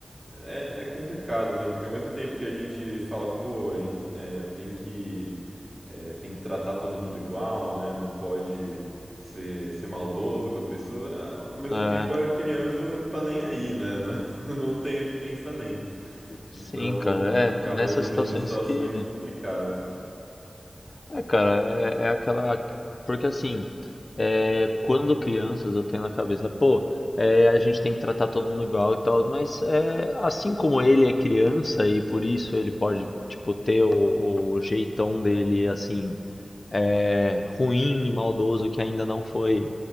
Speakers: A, on the right; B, on the left.
A: É, é complicado, né? Porque ao mesmo tempo que a gente fala, pô, a gente é, tem que é, tem que tratar todo mundo igual, né? Não pode ser, ser maldoso com as pessoas. é, Ao mesmo
B: é.
A: tempo a criança não tá nem aí, né? <laughs> Não, não tem esse pensamento. Então
B: Sim, cara. É
A: acaba
B: é nessas
A: gerando
B: situações
A: situações
B: que.
A: complicadas.
B: É, cara, é, é aquela. Porque assim, é, quando crianças eu tenho na cabeça, pô, é, a gente tem que tratar todo mundo igual e tal, mas é, assim como ele é criança e por isso ele pode, tipo, ter o, o jeitão dele, assim, é, ruim e maldoso que ainda não foi